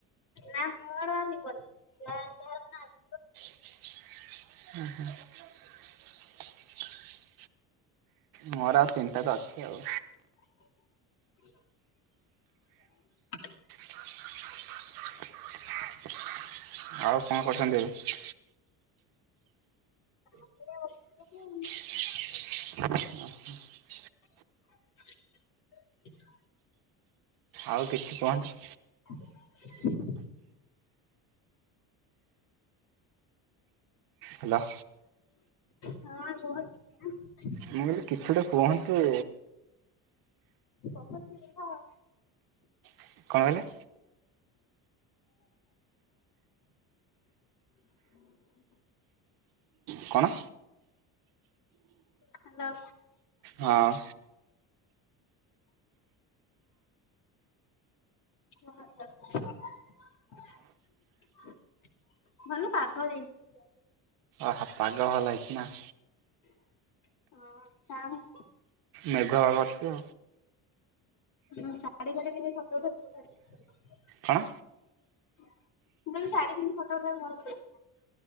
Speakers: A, on the left; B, on the right.
A: ନା ମୋର ଆଉ ଯିବନି। <inaudible> ଯାହା ଯାହାର ସିନା ଆସିବ।
B: <inaudible> ମୋର ଆଉ ତିନିଟା ତ ଅଛି ଆଉ
A: <inaudible>
B: <inaudible> ଆଉ କଣ କରୁଛନ୍ତି?
A: <inaudible>
B: <inaudible>
A: <inaudible>
B: ଆଉ କିଛି କୁହନ୍ତୁ।
A: <inaudible>
B: ହାଲୋ।
A: ହଁ ରୁହ <inaudible> ଟିକେ।
B: ମୁଁ କହିଲି କିଛି ତୋ କୁହନ୍ତୁ?
A: <unintelligible>
B: କଣ କହିଲେ? କଣ?
A: ହାଲୋ।
B: ହଁ।
A: <unintelligible> <inaudible> ଭଲ ପାଗ ଦେଇଛି।
B: ଅହ ପାଗ ଭଲ ହେଇଛିି ନା?
A: <inaudible> ହଁ। କଣ ହେଇଛି?
B: ମେଘୁଆ ପାଗ ଅଛି ତୋ।
A: ହଁ। ସାଡ଼ି ଫାଡି ଟିକେ ଫୋଟ ଉଠାଉ ଥିଲି ତୋ
B: କଣ?
A: <inaudible> ମୁଁ ଶାଢୀ ପିନ୍ଧି ଫଟୋ ଉଠାଇବାକୁ ଘରକୁ ଯାଇଛି।